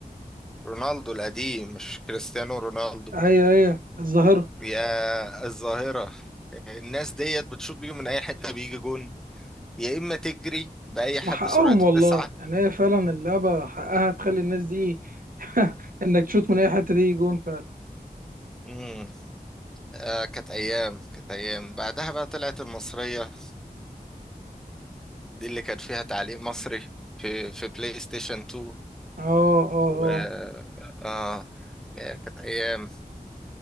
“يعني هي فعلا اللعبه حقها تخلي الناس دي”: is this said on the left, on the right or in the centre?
Right